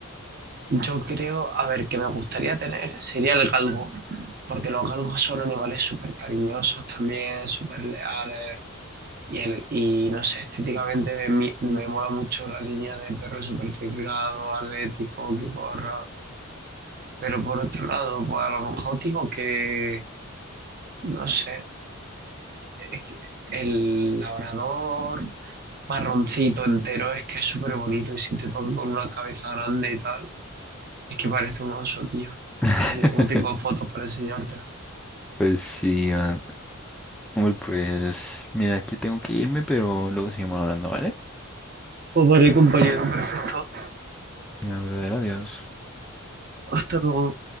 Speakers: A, on the right (about 45°); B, in the centre.
A: Yo creo, a ver, que me gustaría tener sería el galgo, porque los galgos son animales súper cariñosos también, súper leales, y, el, y no sé, estéticamente me, mi- me mola mucho la línea de perro súper delgado, atlético, que corra, pero por otro lado, pues a lo mejor digo que, no sé, es que el labrador marroncito entero es que es súper bonito y si te toca con una cabeza grande y tal. Es que parece un oso, tío.
B: <laughs>
A: A ver si luego tengo fotos para enseñártela.
B: Pues sí, man. Hombre, pues mira, aquí tengo que irme, pero luego seguimos hablando, ¿vale?
A: Pues vale, compañero, perfecto.
B: Venga, brother, adiós.
A: Hasta luego.